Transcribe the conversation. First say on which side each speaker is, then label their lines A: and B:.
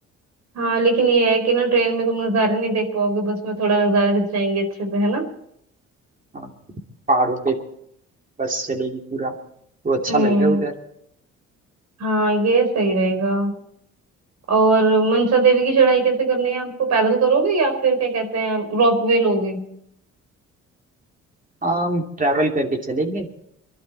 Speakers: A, on the right (about 60°); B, on the right (about 25°).
A: हाँ लेकिन ये है कि ना ट्रेन में तुम नज़ारे नहीं देख पाओगे बस में थोड़ा नज़ारे दिख जाएंगे अच्छे से है ना
B: हाँ पहाड़ों पे बस चलेगी पूरा तो अच्छा
A: हम्म
B: लगेगा उधर
A: हाँ ये सही रहेगा और मनसा देवी की चढ़ाई कैसे करनी है आपको पैदल करोगे या फिर क्या कहते हैं रोप वे लोगे
B: हम ट्रैवल करके चलेंगे